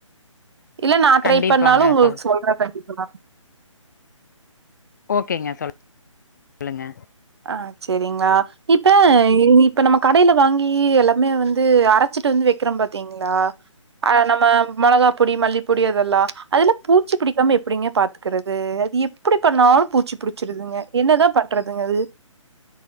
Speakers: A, on the right; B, on the left.
A: இல்ல நா ட்ரை
B: கண்டிப்பாங்க
A: பண்ணாலு உங்கு
B: சொல்
A: சொல்ற கண்டிப்பா
B: ஓகேங்க சொல் உல்லுங்க
A: ஆ செரிங்ளா இப்ப இங் இப் இப்ப நம்ம கடைய்ல வாங்கி எல்லாமே வந்து அரச்சிட்டு வந்து வெக்றோம் பாத்தீங்ளா ஆ நம்ம மொளகா பொடி மல்லிப்பொடி அதெல்லா அதுல பூச்சி புடிக்காம எப்டிங்க பாத்துக்குறது அது எப்டி பண்ணாலும் பூச்சி புடிச்சிருதுங்க என்னதா பண்றதுங்க அது